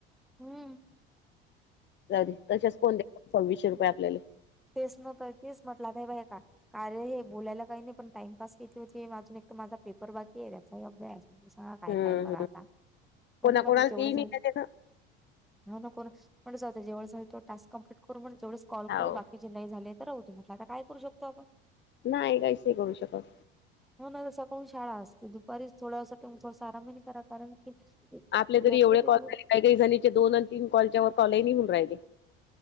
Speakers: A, in the centre; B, on the left.
A: हम्म
B: जाऊदे तशच कोण द्या. सव्वीसशे रुपये आपल्याला
A: तेच न <unintelligible> तेच म्हटलं का बाय का. कार्या हे बोलायला काही नाही, पण टाइमपास किती होते. अजून एक तर माझा पेपर बाकी आहे त्याचा अभ्यास. सांगा काय
B: हम्म
A: काय करा
B: हम्म
A: आता, म्हणून
B: कोणाकोणाला
A: म्हटलं जेवढे
B: तेही
A: झालं
B: नाही देत ना
A: हा नको म्हणं जेवढ झा <unintelligible> तो टास्क कम्प्लीट करू, जेवढ कॉल
B: हो
A: करू बाकी जे नाही झाले तर राहूदे म्हटल, आता काय करू शकतो. आपण
B: नाही काहीच नाही करू शकत.
A: हो ना तसा सकाळून शाळा असते. दुपारी थोड्या साठी ठ <unintelligible> थोडं आराम करा कारण की
B: आपले तरी
A: लेकर
B: एवढे
A: बी
B: कॉल झाले.
A: बोल
B: काही काही जणीचे दोन आणि तीन कॉलच्या वर कॉल ही नही होऊ राहिले.